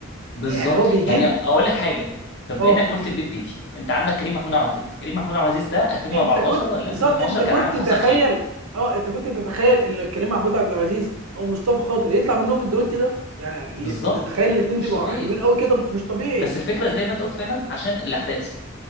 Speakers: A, on the left (about 55°); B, on the right (about 80°).
A: بالظبط
B: يعني هو بيجيب
A: يعني أقول لك حاجة طب
B: اه
A: إنك قلت البيت بيتي أنت عندك كريم محمود عبد العزيز كريم محمود عبد العزيز ده 2014
B: انت كنت
A: ولا
B: بالظبط
A: 2012
B: انت كنت
A: كان عامل حصل
B: تتخيل
A: خير
B: اه انت كنت تتخيل ان كريم محمود عبد العزيز او مصطفى خاطر يطلع منهم الدويت ده يعني يعني ايه
A: بالظبط
B: تتخيل الاتنين
A: مش
B: دول يبقوا
A: طبيعي
B: حلوين قوي كده مش طبيعي
A: بس الفكرة زي ما أنت قلت فعلا عشان الأحداث